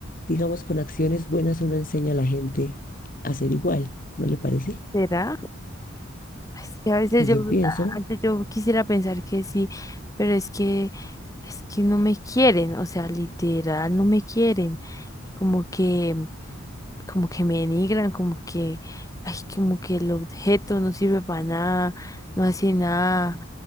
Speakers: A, on the left; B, on the left.
A: digamos, con acciones buenas uno enseña a la gente a ser igual, ¿no le parece?
B: ¿será? Es que a veces
A: Pues
B: yo,
A: yo pienso,
B: a- antes yo quisiera pensar que sí, pero es que, es que no me quieren, o sea, literal, no me quieren. Como que... como que me denigran, como que, ay, como que el objeto no sirve para nada, no hace nada,